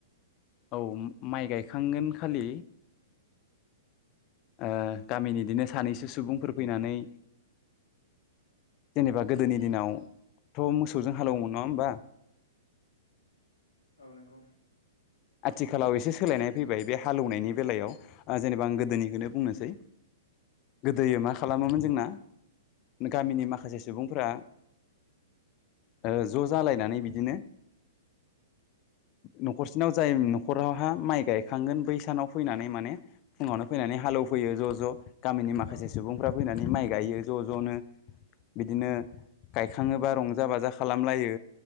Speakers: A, on the left; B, on the left.
A: औ माइ गायखांगोन खालि ओ गामिनि इदिनो सानैसो सुबुंफोर फैनानै जेनेबा गोदोनि दिनाव
B: औ
A: थ' मोसौजों हालौओमोन नङा होमबा
B: औ नोंगौ
A: आथिखालाव एसे सोलायनाय फैबाय बे हालऔ नायनि बेलायाव जेनेबा आं गोदोनिखौनो बुंनोसै गोदोयो मा खालामोमोन जोंना
B: औ
A: गामिनि माखासे सुबुंफोरा ओ ज' जालायनानै बिदिनो न'खरसे सेनाव जाय नख'रावहा माइ गायखांगोन बैसानाव फैनानै माने फुङावनो फैनानै हालेवफैयो ज' ज' गामिनि माखासे
B: औ
A: सुबुंफ्रा फैनानै। माइ गायो ज' ज'नो बिदिनो गायखाङोबा रंजा बाजा खालामलायो